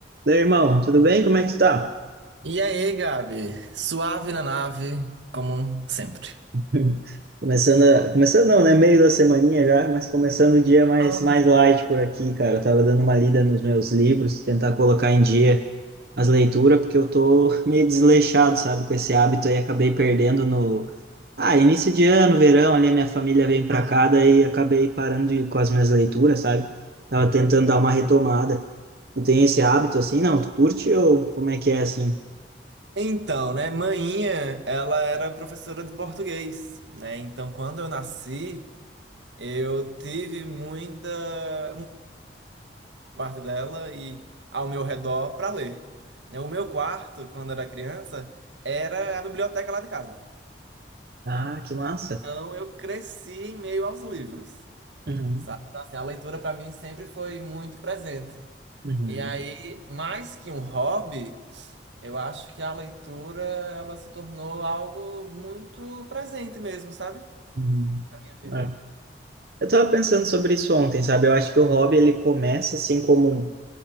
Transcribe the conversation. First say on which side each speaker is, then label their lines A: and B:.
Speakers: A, on the right; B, on the right.
A: Meu irmão, tudo bem? Como é que tu tá?
B: E aí, Gabi? Suave na nave, como sempre.
A: <laughs> Começando, a- começando não, né? Meio da semaninha já, mas começando o dia mais,
B: Ah,
A: mais light por aqui, cara. Eu tava dando uma lida nos meus livros, tentar colocar em dia as leituras, porque eu tô <laughs> meio desleixado, sabe? Com esse hábito aí, acabei perdendo no... Ah, início de ano, verão, ali a minha família vem pra
B: ah.
A: cá, daí acabei parando de, com as minhas leituras, sabe? Tava tentando dar uma retomada. Tu tem esse hábito assim? Não, tu curte ou como é que é assim?
B: Então, né, mainha, ela era professora de português, né? Então, quando eu nasci, eu tive muita muita parte dela e ao meu redor para ler. né? O meu quarto, quando era criança, era a biblioteca lá de casa.
A: Ah, que massa!
B: Então, eu cresci em meio aos livros,
A: Uhum,
B: sabe? Então, assim, a leitura para mim sempre foi muito presente.
A: uhum.
B: E aí, mais que um hobby, eu acho que a leitura ela se tornou algo muito presente mesmo, sabe?
A: Uhum.
B: Na Minha vida.
A: É. Eu tava pensando sobre isso ontem, sabe? Eu acho que o hobby ele começa assim como um-